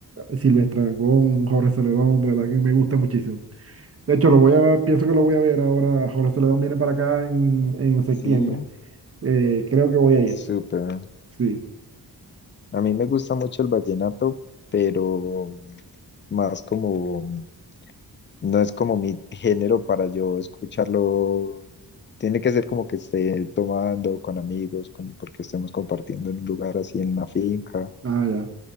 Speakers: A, on the right; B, on the left.
A: Silvestre Dangond, Jorge Celedón, de verdad que me gusta muchísimo. De hecho, lo voy a, pienso que lo voy a ver ahora. Jorge Celedón viene para acá en, en septiembre.
B: Sí,
A: Eh, creo que voy a ir.
B: súper.
A: Sí.
B: A mí me gusta mucho el vallenato, pero más como, no es como mi género para yo escucharlo. Tiene que ser como que esté tomando con amigos, como porque estemos compartiendo en un lugar así en una finca
A: Ah, ya.